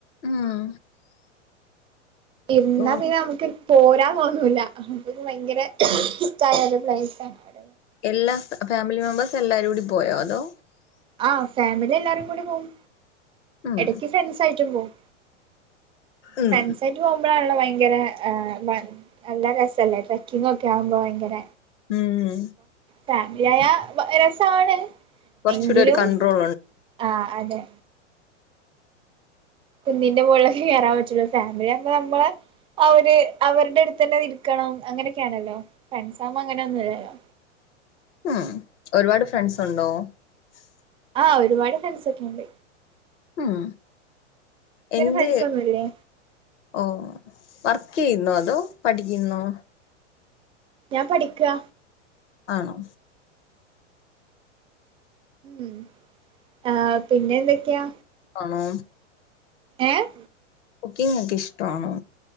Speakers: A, on the left; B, on the right.
A: ഉം
B: ഇരുന്നാ
A: ഓ
B: പിന്നെ നമുക്ക് പോരാൻ തോന്നൂല്ല. അഹം ഒരു ഭയങ്കര ഷ്ടായ ഒരു പ്ലേസാണ്. അവടെ
A: എല്ലാ ഫാ ഫാമിലി മെമ്പേഴ്സ് എല്ലാരൂടി പോയോ അതോ
B: ആ ഫാമിലി എല്ലാരും കൂടി പോവും.
A: ഉം
B: എടയ്ക്ക് ഫ്രൻഡ്സ് ആയിട്ടും പോവും.
A: ഉം
B: ഫ്രണ്ട്സായിട്ട് പോവുമ്പോഴാണള്ളോ ഭയ ങ്കര ആഹ് ഭ നല്ല രസ സല്ലേ ട്രക്കിംഗ് ഒക്കെ ആവുമ്പോ ഭയങ്കര
A: ഉം
B: ഫാമിലി ആയാ ബ രസാണ്.
A: കുറച്ചുകൂടി
B: എങ്കിലും
A: ഒരു കൺട്രോൾ ഉണ്ട്
B: ആ അതെ. കുന്നിന്റെ മോളിലൊക്കെ കേറാ പറ്റുള്ളൂ. ഫാമിലി ആവുമ്പോ നമ്മള് അവര് അവരുടെ അടുത്തന്നെ ഇരിക്കണം. അങ്ങനൊക്കെയാണല്ലോ. ഫ്രണ്ട്സാവുമ്പോ അങ്ങനെ ഒന്നുല്ലല്ലോ.
A: ഉം ഒരുപാട് ഫ്രണ്ട്സ് ഉണ്ടോ? <unintelligible>
B: ആഹ് ഒരുപാട് ഫൻസ ഒക്കെണ്ട്.
A: ഉം എന്ത്
B: ഫ്രണ്ട്സ് ഒന്നുമില്ലേ
A: ഓ വ കയുന്നോ അതോ പഠിക്കിന്നോ
B: ഞാൻ പഠിക്ക.
A: ആണോ
B: ഉം ആഹ് പിന്നെ എന്തൊക്കെയാ.
A: ആണോ
B: ഏഹ്
A: കുക്കിങ് ഒക്കെ ഇഷ്ട്ടാണോ?